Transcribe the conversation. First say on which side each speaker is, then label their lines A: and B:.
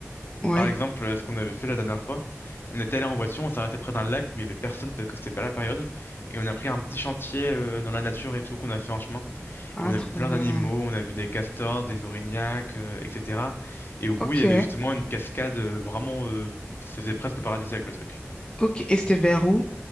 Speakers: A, on the left (about 15°); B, on the left (about 45°).
A: Oui.
B: Par exemple, euh, ce qu'on avait fait la dernière fois, on était allé en voiture, on s'est arrêté près d'un lac où il y avait personne parce que c'était pas la période, et on a pris un petit chantier euh, dans la nature et tout qu'on a fait en chemin.
A: Ah,
B: Et on avait
A: trop
B: plein
A: bien.
B: d'animaux, on a vu des castors, des orignacs, euh, etc. Et au bout,
A: Ok,
B: il y avait justement une cascade euh, vraiment, euh, ça faisait presque paradisiaque le truc.
A: ok. Et c'était vers où?